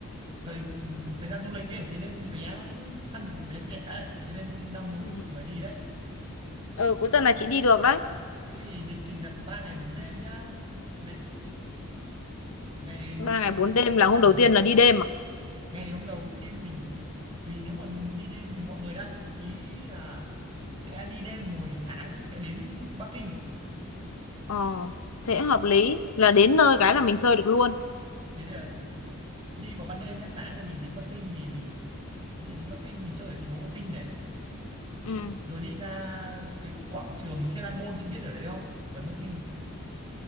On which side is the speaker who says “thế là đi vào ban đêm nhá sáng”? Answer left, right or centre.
Right